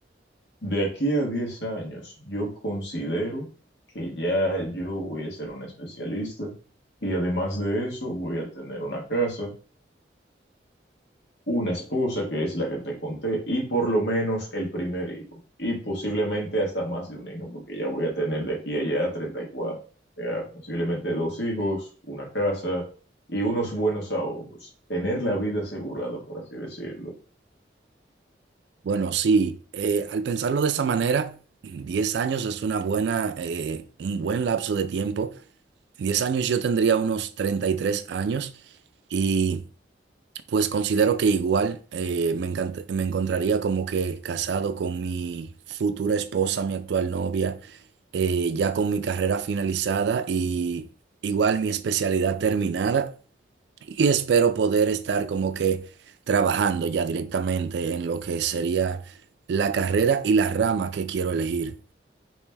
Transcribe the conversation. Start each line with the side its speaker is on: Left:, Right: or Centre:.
Left: De aquí a 10 años, yo considero que ya yo voy a ser un especialista y además de eso voy a tener una casa, una esposa que es la que te conté y por lo menos el primer hijo y posiblemente hasta más de un hijo porque ya voy a tener de aquí a allá 34, ya posiblemente dos hijos, una casa y unos buenos ahorros, tener la vida asegurada por así decirlo.
Right: Bueno, sí, eh, al pensarlo de esa manera, 10 años es una buena, eh, un buen lapso de tiempo. En 10 años yo tendría unos treinta y tres años y Pues considero que igual eh, me encant- me encontraría como que casado con mi futura esposa, mi actual novia, eh, ya con mi carrera finalizada y igual mi especialidad terminada y espero poder estar como que trabajando ya directamente en lo que sería la carrera y la rama que quiero elegir.